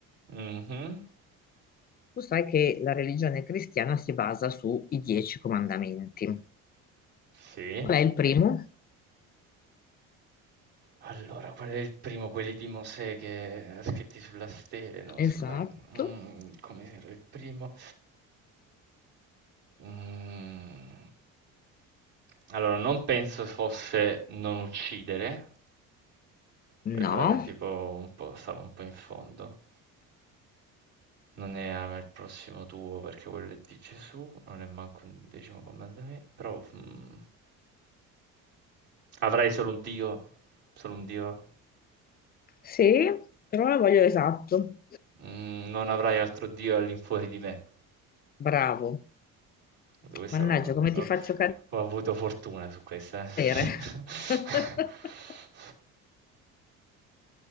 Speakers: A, on the right (about 80°); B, on the left (about 25°).
A: Mh-mh.
B: Tu sai che la religione cristiana si basa sui dieci comandamenti.
A: Sì.
B: Qual è il primo?
A: Allora, qual è il primo? Quelli di Mosè che scritti sulla stele, no? Sulla...
B: Esatto,
A: mm, come era il primo? Mm. Allora, non penso fosse non uccidere,
B: no,
A: quello era tipo un po', stavo un po' in fondo. Non è ama il prossimo tuo perché quello è di Gesù, non è manco un decimo comandamento, però... mm. Avrai solo un Dio, solo un Dio.
B: sì, però la voglio esatto.
A: Mm, non avrai altro Dio all'infuori di me.
B: Bravo,
A: Questa
B: mannaggia,
A: l'ho-
B: come ti
A: l'ho-
B: faccio cadere?
A: ho avuto fortuna su questa. eh. <laughs>
B: <laughs>